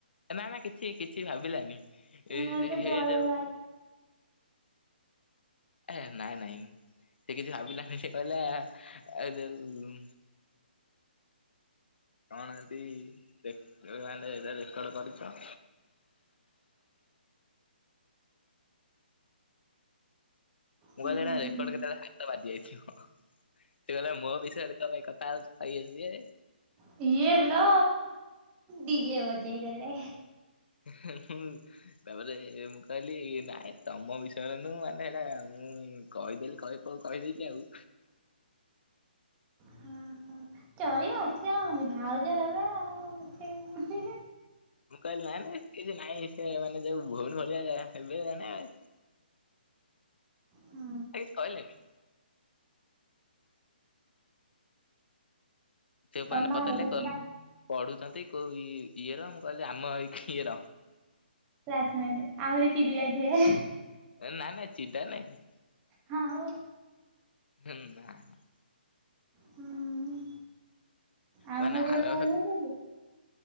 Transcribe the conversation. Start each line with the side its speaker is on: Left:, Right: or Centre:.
Left: ନା ନା କିଛି କିଛି ଭାବିଲାନି
Right: ମତେ
Left: ଏଇ ହେଇ
Right: ଡର
Left: ଯାଉ।
Right: ଲାଗେ।
Left: ହେ ହେ ନାଇଁ ନାଇଁ ସେ କିଛି ଭାବିଲାନି ସେ କହିଲା ଏଇ ଯୋଉ କଣ କେମିତି ରେ ମୋବାଇଲ୍ ରେ ରେକର୍ଡ କରିଛ? ମୁଁ
Right: ହୁଁ
Left: କହିଲି ସେଇଟା ରେକର୍ଡ କେତେବେଳେ ହାତ ବାଜି ଯାଇଥିବ। ସେ କହିଲା ମୋ ବିଷୟରେ କଁ ପାଇଁ କଥା ହଉଛ ଇଏ ସିଏ।
Right: କିଏ ଲୋ ଡିଜେ ବଜେଇ ଦେଲେ।
Left: ଏ ହେ ମୁଁ। ତାପରେ ମୁଁ କହିଲି ଇଏ ନାଇଁ ତମ ବିଷୟରେ ନୁହଁ ମାନେ ସେଇଟା ମୁଁ କହିଦେଲି କହୁ କହୁ କହିଦେଇଛି ଆଉ।
Right: ଓ ହୋ ଚଳିବ ଏଥିରେ କଣ ଅଛି ଭାଉଜ ହେବେ ଆଉ। ଏଥିରେ
Left: ମୁଁ କହିଲି ନାଇଁ ନାଇଁ କିଛି ନାଇଁ ସେ ମାନେ ଯୋଉ ଭଉଣୀ ଭଳିିଆ ହେବେ ଜଣେ ଆଉ।
Right: କଣ।
Left: କେହି କହିଲେନି? ସେମାନେ
Right: ତମ ବାହାଘରକୁ
Left: ପଚାରିଲେ କଣ
Right: ଡା
Left: ପଢୁଛନ୍ତି କୋଉ ଇ ଇଏର ମୁଁ କହିଲି ଆମ ଏଇ ଇଏର।
Right: କାହା ସାଙ୍ଗେରେ ଆହୁରି ଚିଡ଼ି ଯାଇଥିବେ।
Left: ଏ ନାଁ ନାଇଁ ଚିଡା ନାଇଁ।
Right: ହଁ ହଉ।
Left: ହୁଁ ନାଁ ନାଁ।
Right: ହୁଁ ଆଉ
Left: ମାନେ
Right: ମୁଁ ଯୋଉ
Left: ଆର
Right: କହୁନଥିଲି।
Left: ବର୍ଷ